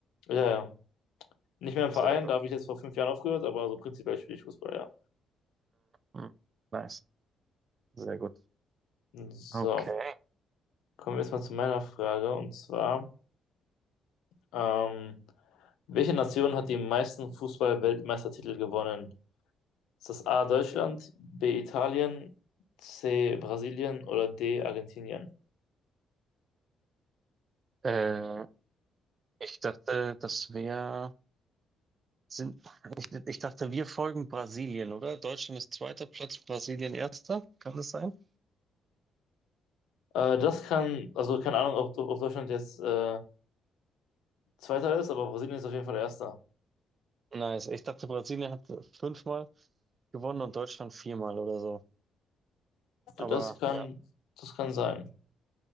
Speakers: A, on the left; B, on the right.
A: Ja, ja. Nicht mehr im Verein,
B: Sehr gut.
A: da habe ich jetzt vor fünf Jahren aufgehört, aber so prinzipiell spiele ich Fußball, ja.
B: Mhm. Nice. Sehr gut.
A: So.
B: Okay.
A: Kommen wir jetzt mal zu meiner Frage und zwar, ähm, welche Nation hat die meisten Fußball-Weltmeistertitel gewonnen? Ist das A Deutschland, B Italien, C Brasilien oder D Argentinien?
B: Äh, ich dachte, das wäre. Sind, ich, ich dachte, wir folgen Brasilien, oder? Deutschland ist zweiter Platz, Brasilien erster. Kann das sein?
A: Äh, das kann, also keine Ahnung, ob, ob Deutschland jetzt äh, Zweiter ist, aber Brasilien ist auf jeden Fall Erster.
B: Nice. Ich dachte, Brasilien hat fünfmal gewonnen und Deutschland viermal oder so. Aber
A: Das kann,
B: ja,
A: das kann sein.